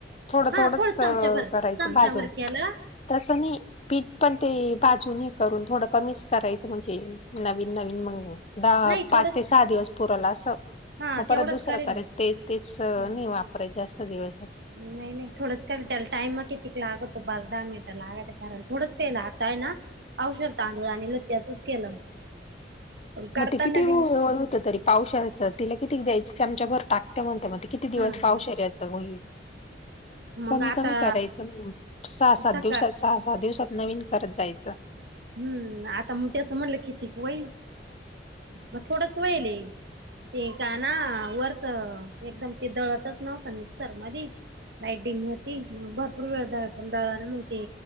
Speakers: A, on the left (about 35°); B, on the right (about 65°).
A: थोडं
B: हा
A: थोडंच
B: थोड
A: अ,
B: चमच्यावरर
A: करायचं
B: चमचावरर
A: भाजून
B: के आला
A: तसं नाही, पीठ पण ते बाजूनी हे करून थोडं कमीच करायचं, म्हणजे नवीन नवीन महिना, दहा,
B: नाही
A: पाच
B: थोडंच
A: ते सहा दिवस पुरल असं.
B: हा
A: मग परत
B: तेवढंच
A: दुसरं
B: करेल
A: करायचं.
B: मी
A: तेच तेच नाही
B: हा
A: वापरायचं जास्त दिवस.
B: नाही नाही, थोडंच केलं त्याला टाइम कितीक लागतो, पाच दहा मिनिटं लागते करायला, थोडंच केलं आता हाय ना पावशेर तांदूळ आणलं त्याचंच केलं. पण करताना
A: मग ते किती
B: बी
A: होत तरी पावशेरचं तिला किती द्यायचं, चमच्या भर टाकते म्हणते मग ती. किती दिवस
B: हा हा
A: पावशेऱ्याचं होईल
B: मग
A: कमी
B: आता
A: कमी करायचं ना मग, सहा सात
B: सकाळ
A: दिवसात, सहा सात दिवसात नवीन करत जायचं.
B: हम्म, आता मग तेच म्हणलं कितीक होईल, मग थोडच होईल. ते का ना, वरचं एकदम ते दळतच नव्हतं मिक्सर मध्ये. लाईट डीम होती, मग भरपूर वेळ दळ दळलं ना मग ते